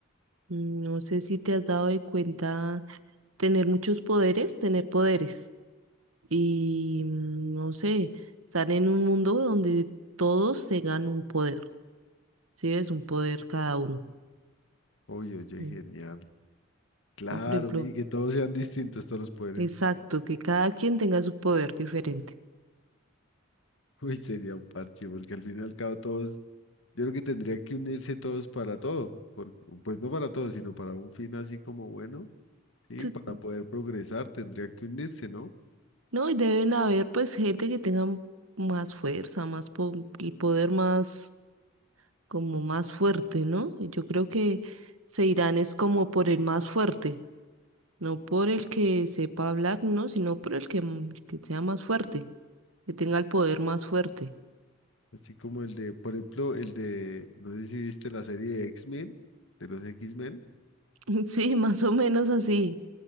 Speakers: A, on the right; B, on the left.
A: Mm, No sé si te has dado de cuenta tener muchos poderes, tener poderes. Y mm, no sé, estar en un mundo donde todos tengan un poder. Sí, es un poder cada uno.
B: oye, genial.
A: Mm,
B: Claro,
A: ¿no? Por ejemplo,
B: y que todos sean distintos, todos los poderes.
A: Exacto, que cada quien tenga su poder diferente.
B: <laughs> Uy, sería un parche, porque al fin y al cabo todos, yo creo que tendrían que unirse todos para todo, porque, pues no para todo, sino para un fin así como bueno, sí,
A: Tu-
B: para poder progresar tendrían que unirse, ¿no?
A: No, y deben haber pues gente que tenga m- más fuerza, más po- el poder más como más fuerte, ¿no? Y yo creo que se irán es como por el más fuerte, no por el que sepa hablar, no, sino por el que, m- el que sea más fuerte, que tenga el poder más fuerte.
B: Así como el de, por ejemplo, el de, no sé si viste la serie de X-Men, de los X-Men.
A: <laughs> Sí, más o menos así.